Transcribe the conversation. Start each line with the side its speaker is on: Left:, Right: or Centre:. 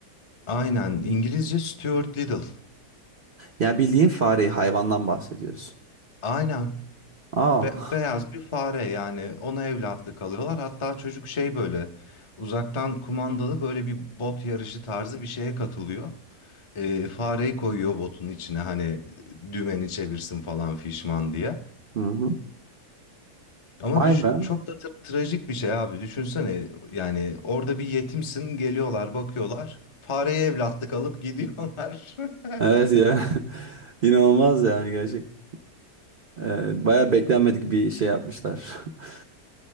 Left: Aynen İngilizce Stuart Little.
Right: Yani bildiğin fareyi hayvandan bahsediyorsun.
Left: Aynen.
Right: Aa.
Left: Be-
Right: <laughs>
Left: beyaz bir fare yani ona evlatlık alıyorlar. Hatta çocuk şey böyle uzaktan kumandalı böyle bir bot yarışı tarzı bir şeye katılıyor. Ee, fareyi koyuyor botun içine hani dümeni çevirsin falan fişman diye.
Right: Hı hı.
Left: Ama
Right: Vay
Left: düş-
Right: be.
Left: çok da tra- trajik bir şey abi düşünsene yani orada bir yetimsin geliyorlar bakıyorlar fareye evlatlık alıp gidiyorlar.
Right: Evet
Left: <laughs>
Right: ya. <laughs> İnanılmaz yani gerçekten. Ee, baya beklenmedik bir şey yapmışlar. <laughs>